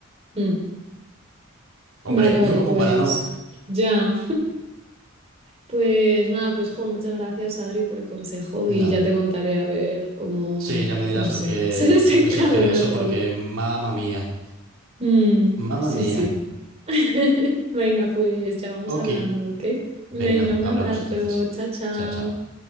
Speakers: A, on the right; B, on the right.
A: Mm.
B: Hombre,
A: Vale,
B: <laughs>
A: vale,
B: no como
A: pues
B: para no.
A: ya. Pues nada, pues jo, muchas gracias Adri por el consejo
B: Nada.
A: y ya te contaré a ver cómo,
B: Sí, ya me dirás
A: no sé,
B: lo que,
A: <laughs> se desencadena
B: lo que surge de eso,
A: todo.
B: porque mamma mía,
A: Mm,
B: mamma
A: sí,
B: mía.
A: sí. <laughs> Venga, pues ya vamos
B: Ok,
A: hablando, ¿ok? Venga,
B: venga,
A: un
B: hablamos
A: abrazo.
B: entonces.
A: Chao, chao.
B: Chao, chao.